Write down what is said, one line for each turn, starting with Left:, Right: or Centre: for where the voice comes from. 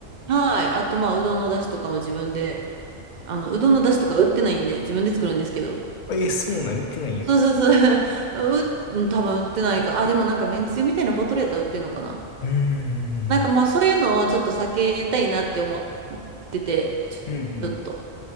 Right: はい。あと、まあ、うどんの出汁とかも自分で、あの、うどんの出汁とか売ってないんで、自分で作るんですけど。
Left: だえ、そうなん言ってないやん。
Right: そうそうそう。<laughs> う、うん多分売ってないか。あ、でもなんかめんつゆみたいなボトルやったら売ってんのかな。
Left: うん
Right: なんかまあ、そういうのをちょっと避けたいなって思ってて、
Left: うんうん。
Right: ちょっと。
Left: うん